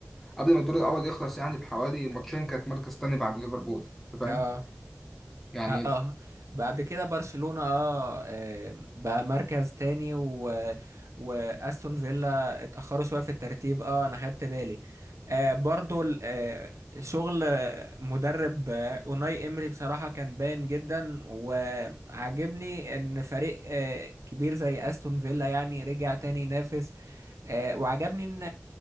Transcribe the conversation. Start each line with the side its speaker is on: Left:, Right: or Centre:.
Centre: قبل ما الدور الاول يخلص يعني بحوالي ماتشين كانت مركز تاني بعد ليفربول أنت فاهم
Right: اه
Centre: يعني
Right: اه آه. بعد كده برشلونة اه آه، بقى مركز تاني و واستون فيلا اتأخروا شوية في الترتيب اه انا خدت بالي آه برضو ال- آه شغل مدرب آه، اوناي امري بصراحة كان باين جدا وعجبني ان فريق آه كبير زي استون فيلا يعني رجع تاني ينافس آه، وعجبني ان